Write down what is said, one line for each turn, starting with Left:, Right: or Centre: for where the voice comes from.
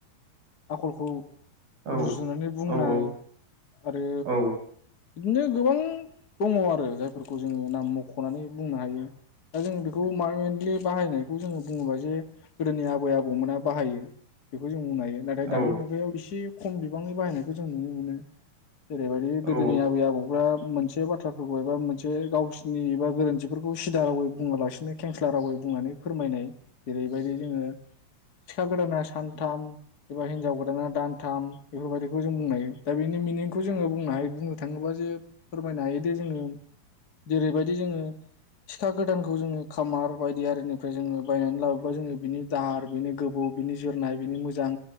Left: आखलखौ
Right: औ
Left: रुजुनानै बुंनाय
Right: औ औ
Left: आरो
Right: औ
Left: बिदिनो गोबां दंङ आरो जायफोरखौ जोंङो नाम मख ख'नानै बुंनो हायो दा जों बे मेनलि बाहायनाय। बेखौ जोंङो बुङोबा जे गोदोनि आबै आबौमोना बाहायो बेखौ जों बुंनो हायो नाथाय
Right: औ
Left: दानि मुगायाव एसे। खम बिबांनि बाहायनायखौ जों नुनो मोनो। जेरैबायदि गोदोनि
Right: औ
Left: आबै आबौफ्रा मोनसे बाथ्राफोरखौ एबा मोनसे गावसि नि एबा गोरोन्थिफोरखौ सिदा रावै बुङालासिनो खेंस्ला रावै बुंनानै फोरमायनाय जेरैबायदि जोङो सिखा गोदाना सानथाम एबा हिनजाव गोदाना दानथाम बेफोरबायदि। जों बुंनो हायो दा बेनि मिनिंखौ बेखौ जोङो बुंनो हायो बुंनो थाङोबा जे फोरमायनो हायो दे जोङो। जेरैबायदि जोङो सिखा गोदानखौ जोङो खामार बायदि आरिनिफ्राय जोङो बायनानै लाबोबा जोङो बिनि दाहार बिनि गोबौ बिनि जोरनाय बिनि मोजां